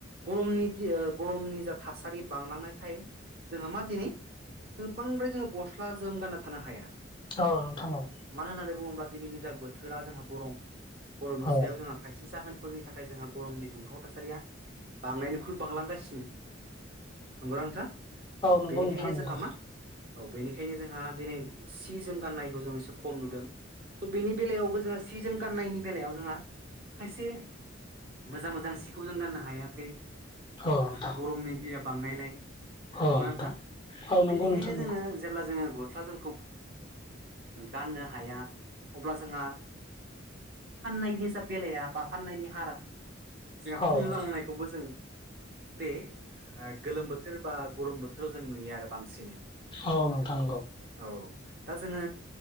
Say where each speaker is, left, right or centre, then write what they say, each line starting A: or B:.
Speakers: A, on the right; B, on the left.
A: गरमनि दि गरमनि जा थासारि बांलांनायखाय जोंहा मा दिनै जों बांद्राय जों गस्ला जोम गानना थानो हाया
B: औ नोंथां औ
A: मानो होननानै बुङोब्ला दिनैनि जा बोथोरा जोंहा गरम गरमनि
B: औ
A: सायाव जोंहा खायसे जाहोनफोरनि थाखाय जोंहा गरमनि दुंहाव थासारिया बांनायनिख्रुइ बांलांगासिनो नंगौना नोंथां औ
B: नंगौ
A: बेनिखायनो
B: नोंथां नंगौ
A: जोंहा मा औ बेनिखायनो जोंहा दिनै सि जोम गाननायखौ जों एसे खम नुदों स' बेनि बेलायावबो जोंहा सि जोम गाननायनि बेलायाव जोंहा खायसे मोजां मोजां सिखौ जों गाननो हायाखै
B: औ नोंथां
A: गरमनि दिया बांनायलाय
B: औ
A: नंला
B: नोंथां
A: नोंथा स'
B: औ नंगौ
A: बिनिखायनो
B: नोंथां
A: जोङो
B: नंगौ
A: जेब्ला जोङो गस्ला जोमखौ गाननो हाया अब्ला जोंहा फाननायनिस बेलाया बा फाननायनि हारा जोंहा
B: औ
A: खम
B: नोंथां
A: जालांनाय बेखौबो जों बे गोलोम बोथोर बा गरम बोथोराव जों नुयो आरो बांसिनै
B: औ नोंथां नंगौ
A: औ दा जोङो